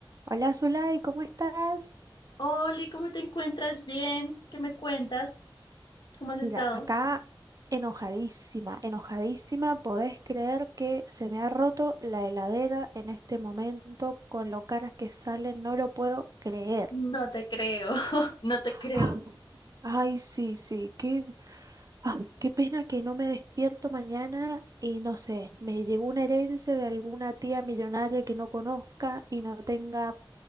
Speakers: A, on the right; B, on the left.
A: Hola Zulay, ¿cómo estás?
B: Oli, ¿cómo te encuentras? Bien, ¿qué me cuentas? ¿Cómo has estado?
A: Mira, acá enojadísima, enojadísima. ¿Podés creer que se me ha roto la heladera en este momento con lo caras que salen? No lo puedo creer.
B: No te creo, <laughs> no te
A: <gasps>
B: creo.
A: Ah, Ay, sí, sí, qué, ay, qué pena que no me despierto mañana y no sé, me llegó una herencia de alguna tía millonaria que no conozca y no tenga